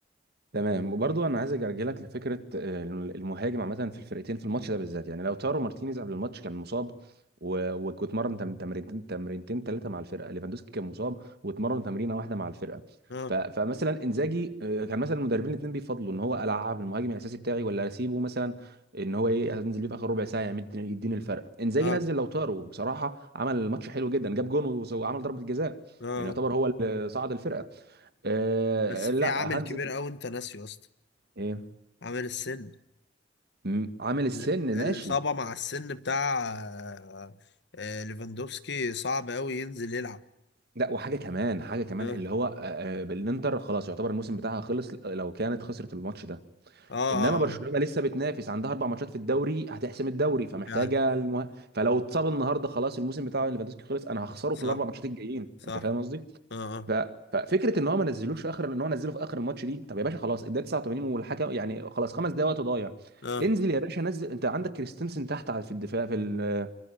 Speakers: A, on the right; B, on the left.
A: تمام وبرضو انا عايز ارجع لك لفكره آه، المهاجم عامه في الفرقتين في الماتش ده بالذات يعني لو تارو مارتينيز قبل الماتش كان مصاب و- واتمرن تم- تمرينتين تمرينتين ثلاثه مع الفرقه ليفاندوسكي كان مصاب واتمرن تمرينه واحده مع الفرقه
B: اه
A: ف- فمثلا انزاجي آه، كان مثلا المدربين الاثنين بيفضلوا ان هو العب المهاجم الاساسي بتاعي ولا اسيبه مثلا ان هو ايه انزل ليه في اخر ربع ساعه يديني يديني الفرق انزاجي
B: اه
A: نزل لو تارو بصراحه عمل الماتش حلو جدا جاب جون وس- وعمل ضربه جزاء
B: اه
A: يعني يعتبر هو اللي صعد الفرقه آه
B: بس في
A: لا
B: عامل
A: هانز
B: كبير قوي انت ناسيه يا اسطى
A: إيه؟
B: عامل السن
A: مم، عامل السن
B: ال- الإصابة
A: ماشي
B: مع السن بتاع آه، آه، ليفاندوفسكي صعب قوي ينزل يلعب
A: لا وحاجه كمان حاجه كمان
B: اه
A: اللي هو آه، آه، بالانتر خلاص يعتبر الموسم بتاعها خلص لو كانت خسرت الماتش ده
B: اه اه
A: انما برشلونه
B: آه.
A: لسه بتنافس عندها اربع ماتشات في الدوري هتحسم الدوري فمحتاجه
B: فعلا
A: المه... فلو اتصاب النهارده خلاص الموسم بتاع ليفاندوسكي خلص انا هخسره
B: صح
A: في الاربع ماتشات الجايين
B: صح
A: انت فاهم قصدي
B: اه اه
A: ف... ففكره ان هو ما نزلوش في اخر ان هو نزله في اخر الماتش دي طب يا باشا خلاص الدقيقه 89 والحكم يعني خلاص خمس دقايق وقت ضايع
B: اه
A: انزل يا باشا نزل انت عندك كريستنسن تحت على- في الدفاع في ال-